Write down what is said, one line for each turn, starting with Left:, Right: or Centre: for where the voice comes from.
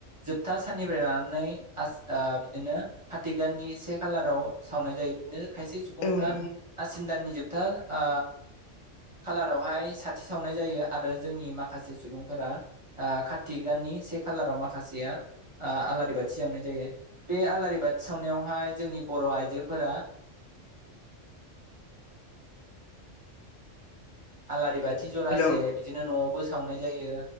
Right: जोबथा साननिफ्राय लानानै आसि बिदिनो खाति गाननि से खालाराव सावनाय जायो बिदिनो खायसे सुबुंफ्रा
Left: ओं ओं
Right: आसिन दानि जोबथा ओ कालारावहाय साथि सावनाय जायो आरो जोंनि माखासे सुबुंफोरा ओ कतिक दाननि से खालाराव माखासेया आलारि बाथि सावनो जायो बे आलारि बाथि सावनायावहाय जोंनि बर आइजोफोरा आलारि बाथि जरासे
Left: हेलौ
Right: बिदिनो नआव बो सावनाय जायो